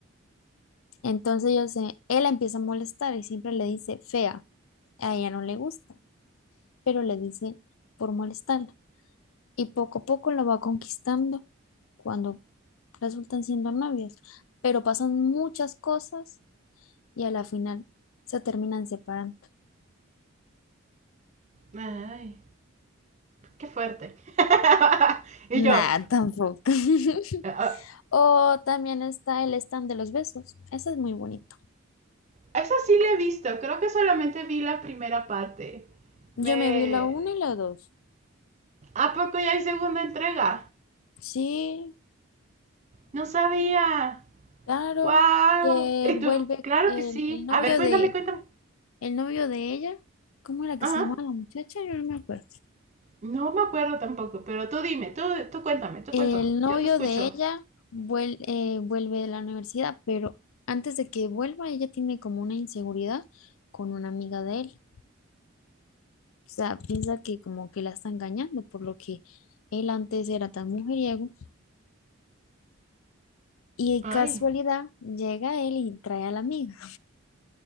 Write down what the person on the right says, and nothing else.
Ay. qué fuerte. <laughs> y
yo,
ah,
esa sí la he visto, creo que solamente vi la primera parte. Me...
¿A poco ya hay segunda entrega?
No sabía.
¡Wow!
¿Y
tú?
Claro
que sí.
A ver, cuéntame,
cuéntame.
Ajá.
No me acuerdo tampoco, pero tú dime, tú, tú cuéntame, tú
cuéntame.
Yo te escucho.
Ay.